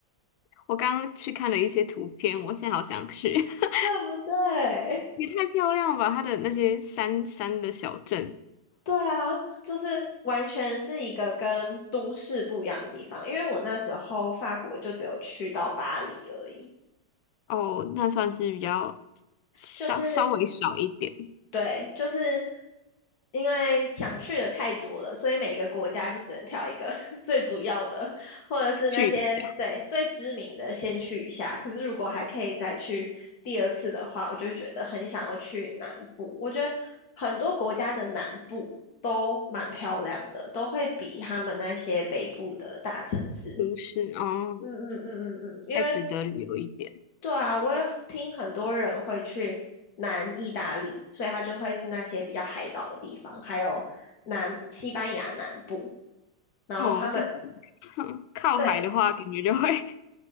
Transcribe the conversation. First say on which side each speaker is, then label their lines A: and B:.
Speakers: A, on the left; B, on the left.
A: 我刚刚去看了一些图片，我现在好想去，<laughs>
B: 对不对？
A: 也太漂亮了吧！它的那些山山的小镇。
B: 对啊，就是完全是一个跟都市不一样的地方。因为我那时候法国就只有去到巴黎而已，
A: 哦，那算是比较稍稍微少一点，
B: 就是对，就是因为想去的太多了，所以每个国家就只能挑一个 <laughs> 最主要的，或者是那些对最知名的先去一下。
A: 去一下
B: 可是如果还可以再去第二次的话，我就觉得很想要去南部。我觉得很多国家的南部都蛮漂亮的，都会比他们那些北部的大城市。
A: 都市哦，
B: 嗯嗯嗯嗯嗯，因为
A: 还值得旅游一点
B: 对啊，我也听很多人会去南意大利，所以它就会是那些比较海岛的地方，还有南西班牙南部，然后他们
A: 哦。就是 <laughs> 靠海的话，
B: 对
A: 感觉就会 <laughs>